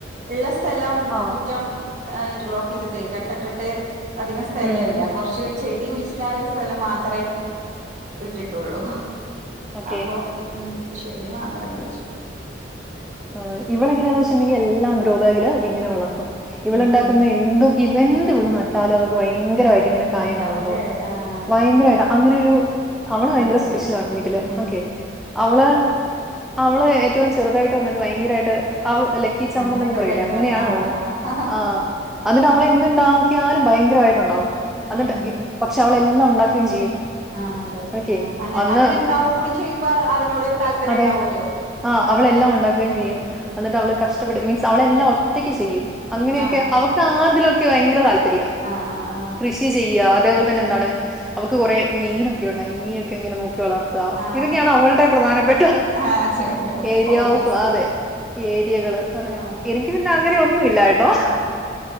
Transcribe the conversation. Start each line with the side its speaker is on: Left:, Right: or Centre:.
Right: ഉള്ള സ്ഥലം
Centre: ആ
Right: മുറ്റം ഇന്റർലോക്ക് ചെയ്തിട്ട് കട്ടട്ടിട്ട് അധികം സ്ഥലവില്ലാ
Centre: ഉം ഉം.
Right: കുറച്ച് ചെടി കുഴിച്ച് കല് സ്ഥലം മാത്രമേ വിട്ടിട്ടൊള്ളൂ
Centre: ഓക്കെ
Right: അപ്പൊ ഉം ചെടി മാത്രം കുഴിച്ചിടും
Centre: ആ ഇവളെങ്ങനെയാന്ന് വെച്ചിട്ടുണ്ടെങ്കിൽ എല്ലാം ഗ്രോബാഗില് ഇങ്ങനെ വളർത്തും ഇവൾ
Right: ഉം
Centre: ഉണ്ടാക്കുന്ന
Right: ഉം
Centre: എന്തും ഇവ എന്ത് ഇവൾ നട്ടാലും അതൊക്കെ ഭയങ്കരമായിട്ട് ഇങ്ങനെ
Right: ഉം
Centre: കായണ്ടാവുട്ടൊ
Right: ഉണ്ടാവുംല്ലേ ആഹ്
Centre: ഭയങ്കരമായിട്ട് അങ്ങനെയൊരു അവള് ഭയങ്കര
Right: കഴിവാണ്
Centre: സ്പെഷ്യൽ ആണ് വീട്ടില്
Right: ഉം
Centre: ഓക്കെ അവള് അവള് ഏറ്റവും ചെറുതായിട്ട് വന്നിട്ട് ഭയങ്കരമായിട്ട് അവ ലെ ക്കി ചാമ്പിയർ
Right: അങ്ങനൊക്കെ
Centre: എന്നൊക്കെ പറയില്ലെ
Right: ഒരു കഴിവാണ്
Centre: അങ്ങനെയാണ്
Right: ആഹ്
Centre: അവള് ആഹ് എന്നിട്ട് അവളെന്ത് ഉണ്ടാക്കിയാലും ഭയങ്കരമായിട്ട് ഉണ്ടാവും എന്നിട്ട്
Right: ഉം
Centre: പക്ഷെ അവളെല്ലാം ഉണ്ടാക്കുകയും ചെയ്യും
Right: ആഹ് അതെ
Centre: ഓക്കെ
Right: ആഹ് അങ്ങനെ
Centre: അന്ന്
Right: അങ്ങനെ ഉണ്ടാവും കൂടിയും ചെയ്യുമ്പോൾ അതിനോടൊരു താല്പര്യം
Centre: അതെ
Right: ഉണ്ടാവല്ലോ
Centre: ആഹ് അവളെല്ലാം ഉണ്ടാ ക്കുകയും ചെയ്യും എന്നിട്ട് അവൾ കഷ്ടപ്പെട്ട് മീൻസ് അവളെല്ലാം ഒറ്റക്ക് ചെയ്യും അങ്ങനെയൊക്കെ
Right: ആ
Centre: അവ ക്കാതിലൊക്കെ ഭയങ്കര താല്പര്യാ
Right: ആഹ് ആഹ് ആഹ്
Centre: കൃഷി ചെയ്യ അതേപോലെ തന്നെന്താണ് അവക്ക് കുറെ മീനൊക്കെ ഉണ്ടായിന്നു മീനൊക്കെ ഇങ്ങനെ നോക്കി വളർ ത്ത
Right: ആ
Centre: ഇതൊക്കെയാണ് അവളുടെ പ്രധാനപ്പെട്ട
Right: ആ ആ ചെടികള്
Centre: ഏരിയ
Right: ഹോബീസ്
Centre: ഓഫ് ഫ് അതെ ഏരിയകള് അതെ
Right: ആ
Centre: എനിക്ക് പിന്നെ അങ്ങനെ ഒന്നും ഇല്ലാട്ടോ
Right: ആ ആ